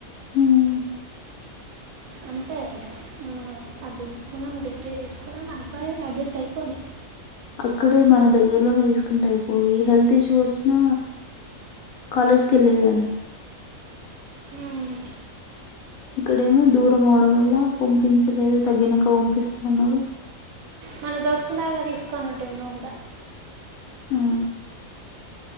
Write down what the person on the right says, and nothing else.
అంతే కదా ఇగ మనం అది తీసుకున్నాం డిగ్రీ తీసుకున్నాం అయిపయే అడ్జస్ట్ అయిపోలే
హ్మ్మ్
మన దోస్తులాగా తీసుకొని ఉంటివి. నువ్వు కూడా